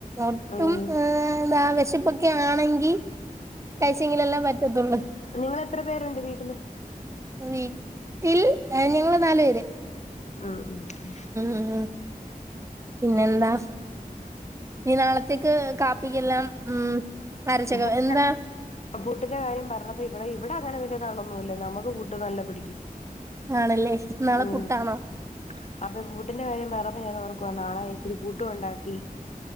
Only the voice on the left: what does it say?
ഉം
നിങ്ങള് എത്ര പേരുണ്ട് വീട്ടില്
ആഹ് ആഹ് ഉം
പുട്ടാ
പുട്ടിന്റെ കാര്യം പറഞ്ഞപ്പോ ഇവിടെ ഇവിടെ അങ്ങനെ വലിയ ആളൊന്നുല്ല നമുക്ക് പുട്ട് നല്ല പിടിക്കും
ആഹ്
അപ്പൊ പുട്ടിന്റെ കാര്യം പറഞ്ഞപ്പ ഞാൻ ഓർക്കുവ നാളെ ഇച്ചിരി പുട്ടും ഉണ്ടാക്കി